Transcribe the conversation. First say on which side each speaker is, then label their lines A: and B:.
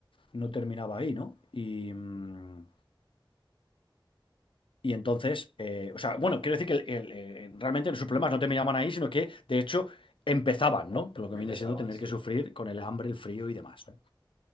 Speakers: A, on the left; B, on the left.
A: no terminaba ahí, ¿no? Y, mm,
B: ujú.
A: y entonces, eh, o sea, bueno, quiero decir que el- el, eh, realmente sus problemas no terminaban ahí, sino que, de hecho, empezaban, ¿no? Por lo que
B: Empezaban,
A: viene siendo tener
B: sí.
A: que sufrir con el hambre, el frío y demás, ¿no?